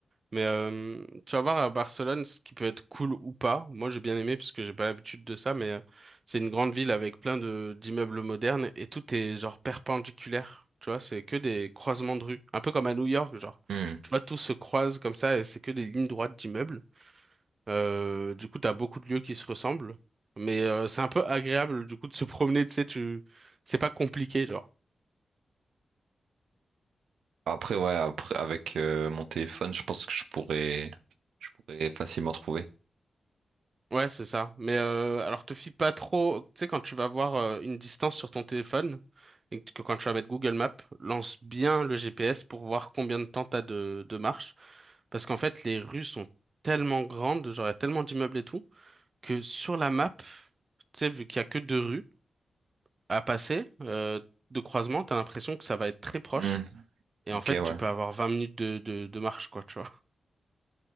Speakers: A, on the right (about 50°); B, on the right (about 85°).
A: Mais euh, tu vas voir à Barcelone ce qui peut être cool ou pas. Moi, j'ai bien aimé parce que j'ai pas l'habitude de ça, mais euh, c'est une grande ville avec plein de d'immeubles modernes et tout est genre perpendiculaire. Tu vois, c'est que des croisements de rues, un peu comme à New York, genre.
B: Hmm.
A: Tu vois, tout se croise comme ça et c'est que des lignes droites d'immeubles. Euh, du coup, t'as beaucoup de lieux qui se ressemblent, mais euh, c'est un peu agréable du coup de se promener. Tu sais, tu c'est pas compliqué, genre.
B: Après, ouais, après, avec euh, mon téléphone, je pense que je pourrais, je pourrais facilement trouver.
A: Ouais, c'est ça. Mais euh, alors te fie pas trop, tu sais, quand tu vas voir euh, une distance sur ton téléphone et que quand tu vas mettre Google Maps, lance bien le GPS pour voir combien de temps t'as de, de marche. Parce qu'en fait, les rues sont tellement grandes, genre il y a tellement d'immeubles et tout, que sur la map, tu sais, vu qu'il y a que deux rues à passer euh, de croisement, t'as l'impression que ça va être très proche.
B: Hmm.
A: Et en
B: Ok,
A: fait,
B: ouais.
A: tu peux avoir 20 minutes de, de, de marche, quoi, tu vois.